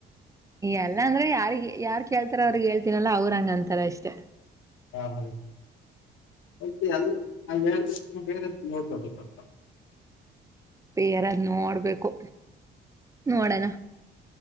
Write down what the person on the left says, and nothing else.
ಹಾ ಹಾ ಮತ್ತೆ ಎಲ್ಲರೂ ಅಂಗೆ <unintelligible> <unintelligible> ಬೇರೆನ್ನ ನೋಡ್ಕೊಬೇಕಪ್ಪ <unintelligible>